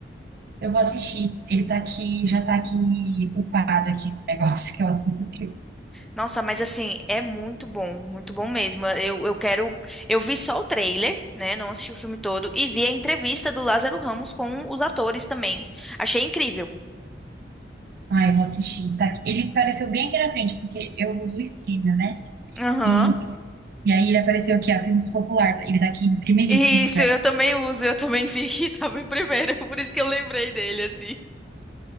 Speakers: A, on the right; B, in the centre.
A: Eu vou assistir. Ele tá aqui, já tá aqui upado aqui no negócio que eu assisto o filme.
B: Nossa, mas assim, é muito bom, muito bom mesmo. Eu, eu quero. Eu vi só o trailer, né? Não assisti o filme todo. E vi a entrevista do Lázaro Ramos com os atores também. Achei incrível.
A: Ah, eu vou assistir. Tá aqui. Ele apareceu bem aqui na frente, porque eu uso o streamer, né?
B: Aham.
A: E, e aí ele apareceu aqui, ó, filmes popular. Ele tá aqui em primeiríssimo
B: Isso,
A: lugar.
B: eu também uso. Eu também vi que tava em primeiro. <laughs> Por isso que eu lembrei dele, assim.